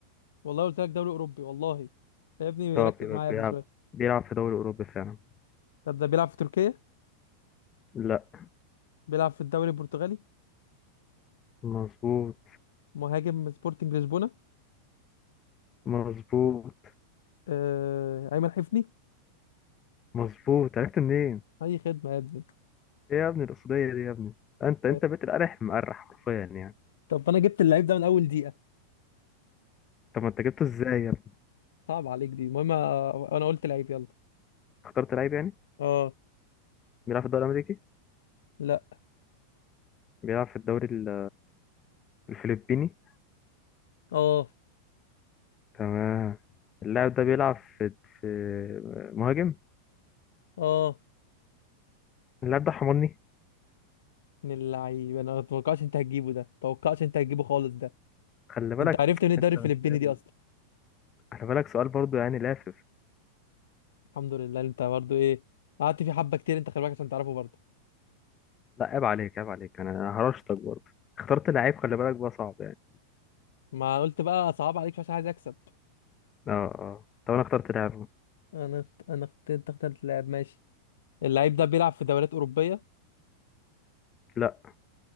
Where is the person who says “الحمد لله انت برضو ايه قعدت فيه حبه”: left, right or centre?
Left